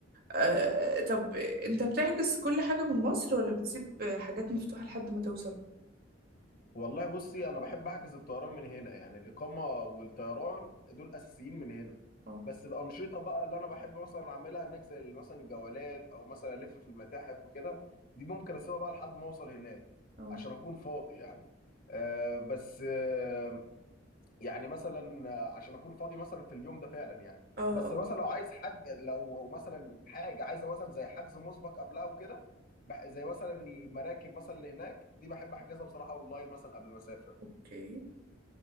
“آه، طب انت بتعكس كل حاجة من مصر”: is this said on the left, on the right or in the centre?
Right